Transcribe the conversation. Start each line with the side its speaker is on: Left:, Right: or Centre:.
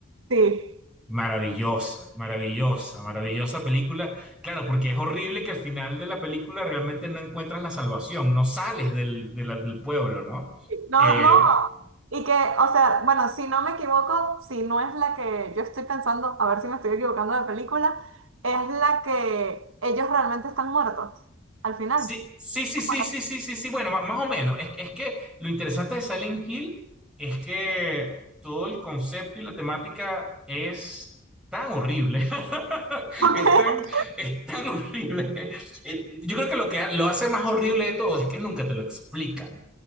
Right: Sí.
Centre: Maravillosa, maravillosa, maravillosa película. Claro, porque es horrible que al final de la película realmente no encuentras la salvación, no sales del, de la- del pueblo, ¿no?
Right: No,
Centre: Eh,
Right: no. Y que, o sea, bueno, si no me equivoco, si no es la que yo estoy pensando, a ver si me estoy equivocando de película, es la que ellos realmente están muertos al final.
Centre: Sí, sí, sí, sí,
Right: Bueno,
Centre: sí, sí, sí, sí. Bueno, ma- más o menos. Es, que- es que lo interesante de Silent Hill es que todo el concepto y la temática es tan horrible. <laughs>
Right: <laughs>
Centre: Es tan, es tan horrible. Eh, Yo creo que lo que ha- lo hace más horrible de todo es que nunca te lo explican.